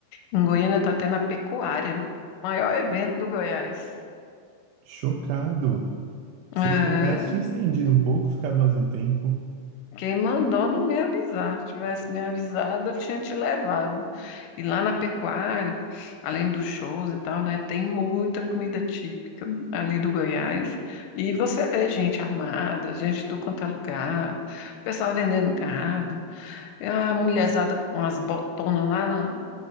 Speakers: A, on the left; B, on the right.
A: Em Goiânia está tendo a pecuária, maior evento do Goiás.
B: Chocado. Se
A: É,
B: eu soubesse, tinha estendido um pouco, ficado mais um tempo.
A: quem mandou não me avisar. Se tivesse me avisado, eu tinha te levado. E lá na pecuária, além dos shows e tal, né, tem muita comida típica ali do Goiás. E você vê gente armada, gente de tudo quanto é lugar, pessoal vendendo gado, e a mulherzada com as botonas lá na,